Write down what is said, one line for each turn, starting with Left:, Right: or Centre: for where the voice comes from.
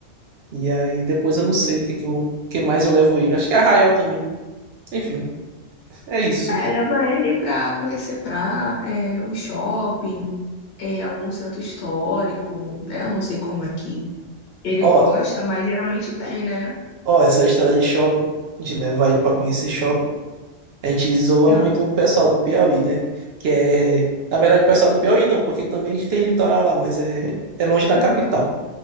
Right: E aí depois eu não sei o que, que, eu- que mais eu levo ele. Acho que é Arraial também. Enfim, é isso.
Left: É, leva ele pra conhecer pra, é, o shopping, é, algum centro histórico, né? Eu não sei como é que ele
Right: Ó,
Left: gosta, mas geralmente tem, né?
Right: ó, essa história de shopping, de levar ele para conhecer shopping. A gente zoa
Left: Ah,
Right: muito o pessoal do Piauí, né? Que é. Na verdade, o pessoal do Piauí não, porque também tem litoral lá, mas é, é longe da
Left: Aham,
Right: capital.